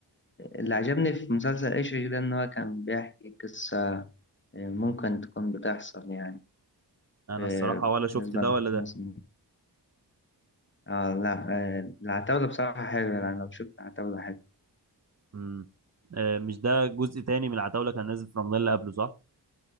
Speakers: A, on the left; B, on the right.
A: اللي عجبني في مسلسل إيش إيش ده إن هو كان بيحكي قصة ممكن تكون بتحصل يعني
B: انا
A: في-
B: الصراحه ولا شفت
A: بالنسبة
B: ده ولا ده
A: لمصر آه لا آه، العتاولة بصراحة حلوة يعني لو شفت العتاولة حلوة
B: امم آه مش ده جزء تاني من العتاوله كان نازل في رمضان اللي قبله صح